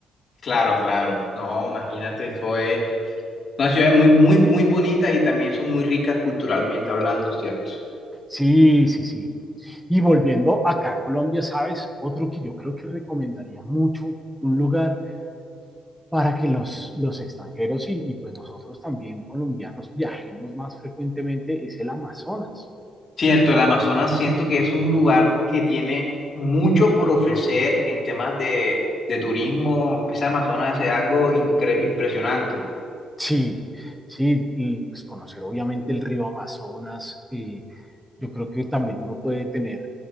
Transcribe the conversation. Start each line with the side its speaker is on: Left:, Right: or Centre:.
Left: claro, claro. No, imagínate, eso es una ciudad muy, muy, muy bonita y también son muy ricas culturalmente hablando, ¿cierto?
Centre: Sí, sí, sí. Y volviendo acá a Colombia, ¿sabes? Otro que yo creo que recomendaría mucho, un lugar para que los, los extranjeros y, y pues nosotros también colombianos viajemos más frecuentemente es el Amazonas.
Left: Cierto, el Amazonas siento que es un lugar que tiene mucho por ofrecer en temas de, de turismo. Ese Amazonas es algo incre- impresionante.
Centre: Sí, sí, y pues conocer obviamente el río Amazonas. Eh, yo creo que también uno puede tener